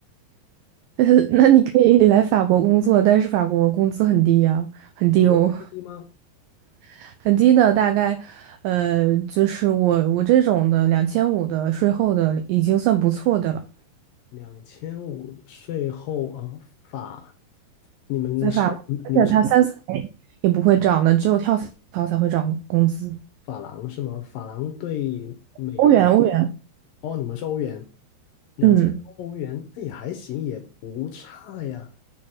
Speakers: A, on the right; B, on the left.
A: <laughs> 那你可以来法国工作，但是法国工资很低啊，
B: <laughs>
A: 很低哦，
B: 法国工资低吗？
A: <laughs> 很低的，大概，呃，就是我我这种的两千五的税后的已经算不错的了。
B: 两千五税后啊，法，你们是你们是
A: 在法国，而且它三四年也不会涨的，只有跳槽才会涨工资。
B: 法郎是吗？法郎对美元，
A: 欧元，欧元，
B: 哦，你们是欧元，两千多欧元，
A: 嗯。
B: 那也还行，也不差呀。